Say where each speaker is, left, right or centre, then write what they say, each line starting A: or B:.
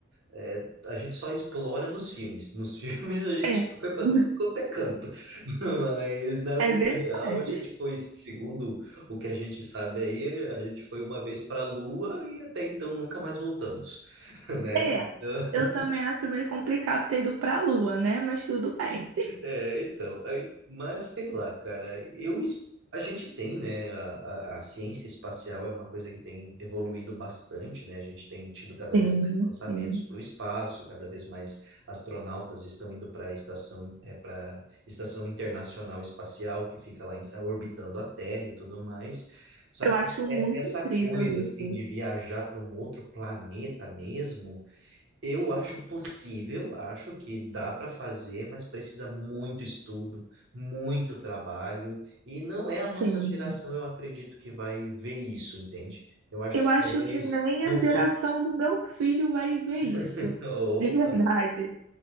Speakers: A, on the right; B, on the right.
A: É, a gente só explora nos filmes. Nos <laughs> filmes a gente
B: É,
A: foi para
B: <laughs>
A: tudo quanto é canto, <laughs> mas na
B: é
A: vida
B: verdade.
A: real a gente foi, segundo o que a gente sabe aí, a gente foi uma vez para a Lua e até então nunca mais voltamos, <laughs> né?
B: É,
A: Então,
B: eu também acho meio complicado ter ido para a Lua, né? Mas tudo bem.
A: É, então, aí, mas sei lá, cara, eu, es- a gente tem, né, a, a, a ciência espacial é uma coisa que tem evoluído bastante, né, a gente tem tido cada
B: Sim,
A: vez mais lançamentos
B: sim.
A: para o espaço, cada vez mais astronautas estão indo para a estação, é, para Estação Internacional Espacial, que fica lá em- orbitando a Terra e tudo mais, só
B: Eu
A: que
B: acho
A: essa
B: muito
A: é- essa
B: incrível
A: coisa,
B: isso.
A: assim, de viajar para um outro planeta mesmo, eu acho possível, acho que dá para fazer, mas precisa muito estudo, muito trabalho, e não é a nossa
B: Sim.
A: geração, eu acredito, que vai ver isso, entende? Eu acho
B: Eu
A: que
B: acho
A: talvez
B: que nem
A: num
B: a geração
A: futuro.
B: do meu filho vai ver isso,
A: <laughs> Opa,
B: de verdade.